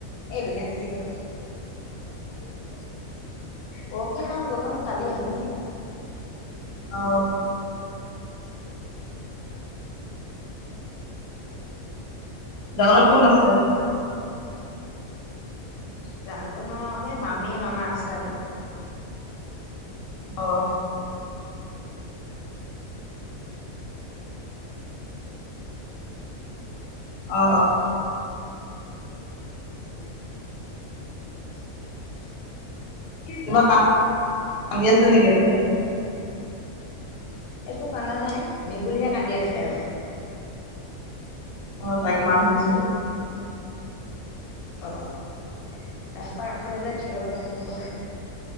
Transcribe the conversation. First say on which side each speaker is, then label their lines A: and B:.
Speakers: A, on the left; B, on the left.
A: এদিনে থাকিলো
B: উ
A: পৰহিনাত গলোম কালি আহিলোমি
B: অ জামানাৰ কোন আছে
A: জাগো ন এে মামি মামা আছে আৰু
B: আহ অ
A: <inaudible>
B: কিবা কান্ কান্দি আছে নেকি এফালে
A: একো কান্দা নাই ভেকুলীহে কান্দি আছে আৰু
B: আহ তাই কি মমান শুনিছো
A: অ ৰাস্তা কাষত এ যে থিয় হৈ আছোন গৈ